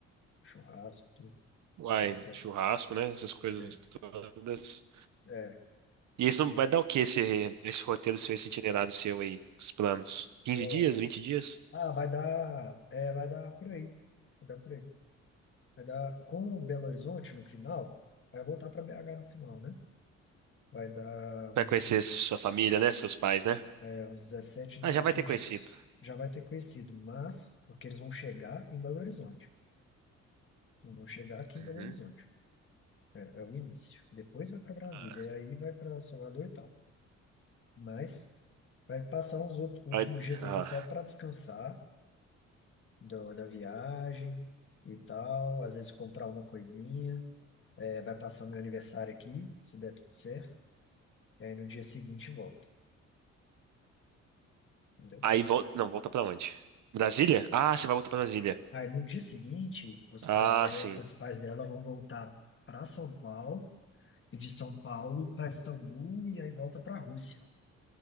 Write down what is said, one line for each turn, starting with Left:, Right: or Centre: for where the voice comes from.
Left: churrasco, tudo.
Right: Uai,
Left: Dá pra
Right: churrasco,
Left: ir.
Right: né? Essas coisas
Left: É,
Right: todas.
Left: é.
Right: E isso
Left: E,
Right: vai dar o que esse, esse roteiro seu, esse itinerário seu aí, os planos? quinze
Left: ó,
Right: dias, 20 dias?
Left: ah, vai dar, é, vai dar por aí. Vai dar por aí. Vai dar, com Belo Horizonte no final, vai voltar para BH no final, né? Vai dar
Right: Vai
Left: uns
Right: conhecer sua família, né? Seus pais, né?
Left: É, uns 17, 18
Right: Ah, já vai ter
Left: dias.
Right: conhecido.
Left: Já vai ter conhecido, mas porque eles vão chegar em Belo Horizonte. Eles vão chegar aqui
Right: Uhum.
Left: em Belo Horizonte. É, é o início. Depois vai para Brasília,
Right: Ah,
Left: e aí vai para Salvador e tal. Mas vai passar uns outros, últimos
Right: Aí,
Left: dias
Right: ah,
Left: aqui só para descansar do- da viagem e tal. Às vezes comprar uma coisinha. É, vai passar meu aniversário aqui, se der tudo certo. E aí no dia seguinte volta. Entendeu?
Right: aí volta. Não, volta pra onde? Brasília? Ah, você vai voltar pra Brasília.
Left: Aí no dia seguinte, os
Right: Ah,
Left: pais dela,
Right: sim.
Left: os pais dela vão voltar para São Paulo e de São Paulo para Istambul e aí volta para a Rússia.